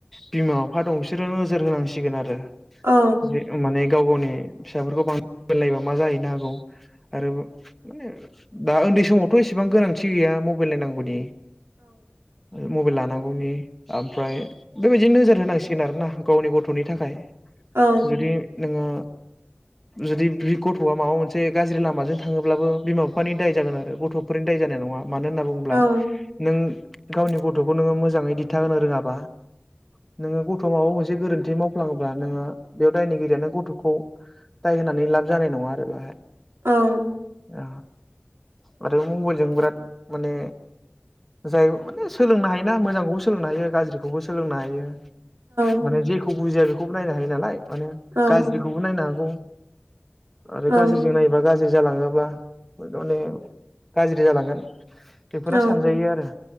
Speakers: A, in the centre; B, on the right.
A: बिमा बिफा दं बिसोरो नोजोर होनांसिगोन आरो
B: औ
A: जे माने गाव गावनि फिसाफोरखौ बां नायबा मा जाहैनो हागौ आरो माने दा उन्दै समावथ' एसेबां गोनांथि गैया मब अबाइलनाय नांगौनि ओ मबेल लानां गौनि ओमफ्राय बेबायदि नोजोर होनांसिगोन आरो ना गावनि गथ'नि थाखाय
B: औ
A: जुदि नोङो जुदि बे गथ'आ माबा मोनसे गाज्रि लामाजों थाङोब्लाबो बिमा बिफानि दाय जागोन आरो गथ'फोरनि दाय जानाय नङा मानो हो नोब्ला
B: औ
A: नों गावनि गथ'खौ नोङो मोजाङै दिथााहोनो रोङाबा नोङो गथ' माबा मोनसे गोरोन्थि मावफ्लाङोब्ला नोङो बेयाव दायनिगिरियानो गथ'खौ दाय होनानै लाब जानाय नङा आरो बेहाय।
B: औ
A: आ आरो मबाइलजों बिराद माने जाय माने सोलोंनो हायोना मोजांखौबो सोलोंनो हायो गाज्रिखौबो सोलोंनो हायो।
B: औ
A: माने जेखौ बुजिया बेखौबो नायनो हायो। नालाय माने
B: औ
A: गाज्रिखौबो नायनो हागौ आरो
B: औ
A: गाज्रि जों नायोबा गा ज्रि जालाङोब्ला माने गाज्रि जालांगोन। बेफोरा
B: औ
A: सानजायो आरो